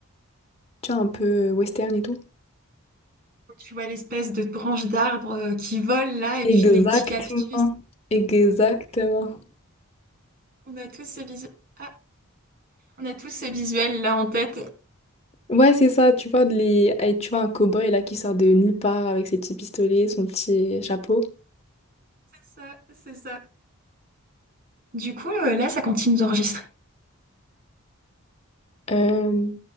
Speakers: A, on the left; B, on the right.
A: Tu vois, un peu euh, western et tout.
B: tu vois l'espèce de branche d'arbre euh, qui vole là, et puis
A: Exactement.
B: les petits cactus.
A: Exactement.
B: On a tous ce visuel. Ah, on a tous ce visuel là en tête.
A: Ouais, c'est ça, tu vois, de les... eh, tu vois un cow-boy là qui sort de nulle part avec ses petits pistolets, son petit chapeau.
B: C'est ça, c'est ça. Du coup, euh, là, ça continue d'enregistrer.
A: Euh,